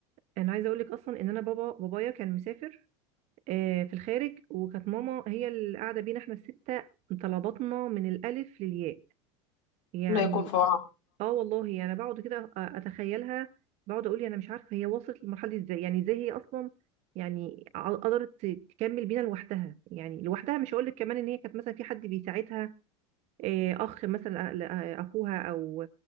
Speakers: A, on the right; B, on the left.
A: انا عايزه اقول لك اصلا ان انا بابا بابايا كان مسافر آه، في الخارج وكانت ماما هي اللي قاعده بينا احنا السته مطلع بطننا من الالف للياء يعني
B: الله يكون في
A: اه والله انا يعني بقعد كده أ- اتخيلها بقعد اقول انا مش عارفه هي وصلت للمرحله دي ازاي يعني ازاي هي اصلا يعني ع- قدرت تكمل بينا لوحدها يعني لوحدها مش هقول لك كمان ان هي كانت مثلا في حد بيساعدها آه، اخ مثلا أ- ل- آه، اخوها او